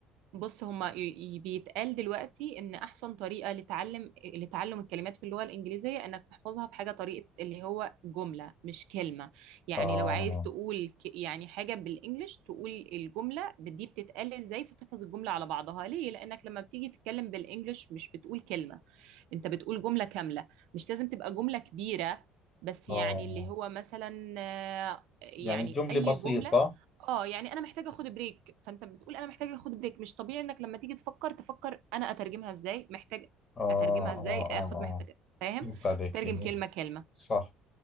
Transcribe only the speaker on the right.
بص هما ي- ي- بيتقال دلوقتي ان احسن طريقه لتعلم لتعلم الكلمات في اللغه الانجليزيه انك تحفظها في حاجه طريقه اللي هو جمله مش كلمه يعني
لو عايز تقول ك- يعني حاجه بالانجلش تقول الجمله دي بتتقال ازاي فتحفظ الجمله على بعضها ليه لانك لما بتيجي تتكلم بالانجلش مش بتقول كلمه انت بتقول جمله كامله مش لازم تبقى جمله كبيره بس
يعني اللي هو مثلا آه، يعني
اي
جمله
اه يعني انا محتاجه اخد بريك فانت بتقول انا محتاجه اخد بريك مش طبيعي انك لما تيجي تفكر تفكر انا اترجمها ازاي محتاج
اترجمها ازاي اخد
مح... فاهم
تترجم
كلمه كلمه